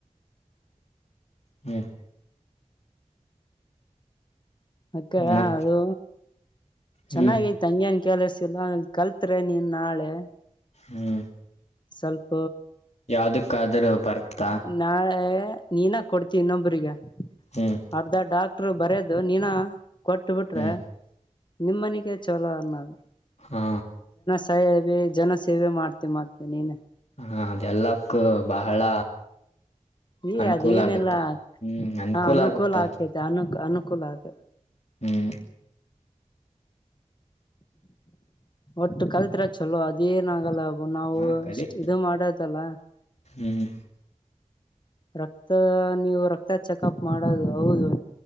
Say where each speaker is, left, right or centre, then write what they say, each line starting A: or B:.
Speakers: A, on the left; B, on the left.
A: ಹ್ಮ್
B: ಅಕ್ಕ
A: ಮತ್
B: ಅದು ಚೆನ್ನಾಗ್
A: ಹ್ಮ್
B: ಐತ್ ಹಂಗ್ಯನ್ ಕೆಲಸಿಲ್ಲ ಕಲ್ತ್ರೆ ನೀನ್ ನಾಳೆ.
A: ಹ್ಮ್
B: ಸ್ವಲ್ಪ
A: ಯಾವ್ದಕ್ಕಾದ್ರೂ ಬರ್ತಾ
B: ನಾಳೆ. ನೀನಾ ಕೊಡ್ತಿ ಇನ್ನೊಬ್ಬ್ರಿಗೆ
A: ಹ್ಮ್
B: ಅರ್ಧ ಡಾಕ್ಟರ್ ಬರೆದು ನೀನಾ. ಕೊಟ್ ಬಿಟ್ರೆ
A: ಹ್ಮ್
B: ನಿಮ್ಮನಿಗೆ ಚಲೋ ಅನ್ನೋದ್.
A: ಹಾ
B: ಸೈ ವೆ ಜನ ಸೇವೆ ಮಾಡ್ತೇ ಮತ್ ನೀನ.
A: ಹಾ ಅದೆಲ್ಲಕ್ಕ ಬಹಳ.
B: ಏ
A: ಅನುಕೂಲ
B: ಅದೇ ಏನೆಲ್ಲ
A: ಆಗುತ್ತ ಹ್ಮ್
B: ಹಾ ಅನುಕೂಲ
A: ಆಗುತ್ತ
B: ಆಗ್ತೈತೆ ಅನು ಅನುಕೂಲ ಆಗ್.
A: ಹ್ಮ್
B: ಒಟ್ಟು ಕಲ್ತಿರ ಚಲೋ ಅದ್ ಏನ್ ಆಗಲ್ಲ ಅ ನಾವುಷ್ಟ
A: ಹಾ ಕಲಿ
B: ಇದು ಮಾಡದಲ್ಲ.
A: ಹ್ಮ್
B: ರಕ್ತ ನೀವು ರಕ್ತ ಚೆಕಪ್ ಮಾಡೋದು ಹೌದು.